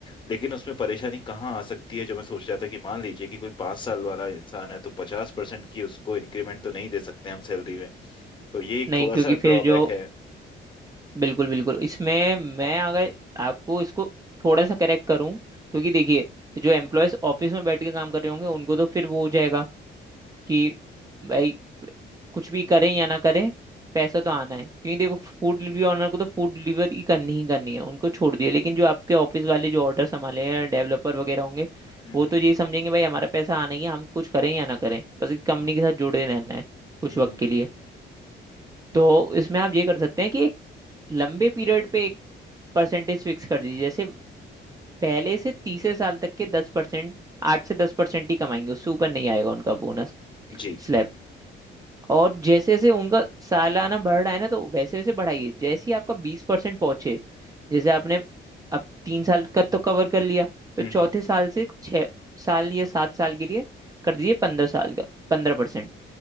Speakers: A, on the left; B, on the right.
A: लेकिन उसमें परेशानी कहाँ आ सकती है जो मैं सोच रहा था कि मान लीजिए कि कोई पाँच साल वाला इंसान है तो पचास परसेंट की उसको इंक्रीमेंट तो नहीं दे सकते हम सैलरी में तो ये एक
B: नहीं
A: थोड़ा
B: क्योंकि
A: सा ड्रॉबैक
B: फिर जो
A: है
B: बिल्कुल बिल्कुल इसमें मैं अगर आपको इसको थोड़ा सा करेक्ट करूं क्योंकि देखिए जो एम्प्लॉयज ऑफिस में बैठ के काम कर रहे होंगे उनको तो फिर वो हो जाएगा कि भाई कुछ भी करें या ना करें पैसा तो आना है क्योंकि देखो फूड डिलीवरी ऑनर को तो फूड डिलीवरी ही करनी ही करनी है उनको छोड़ दिया लेकिन जो आपके ऑफिस वाले जो ऑर्डर संभाले हैं डेवलपर वगैरह होंगे
A: हम्म
B: वो तो यही समझेंगे भाई हमारा पैसा आना ही है हम कुछ करें या ना करें बस एक कंपनी के साथ जुड़े रहना है कुछ
A: हम्म
B: वक्त
A: हम्म,
B: के लिए तो इसमें आप ये कर सकते हैं कि एक लंबे पीरियड पे एक परसेंटेज फिक्स कर दीजिए जैसे पहले से तीसरे साल तक के दस परसेंट आठ से दस परसेंट ही कमाएंगे उससे ऊपर नहीं आएगा उनका बोनस
A: जी
B: स्लैब और जैसे जैसे उनका सालाना बढ़ रहा है ना तो वैसे वैसे बढ़ाइए जैसे ही आपका बीस परसेंट पहुंचे जैसे आपने अब तीन साल का तो कवर कर लिया तो
A: हम्म
B: चौथे
A: हम्म
B: साल से छः साल या सात साल के लिए कर दीजिए पंद्रह साल का पंद्रह परसेंट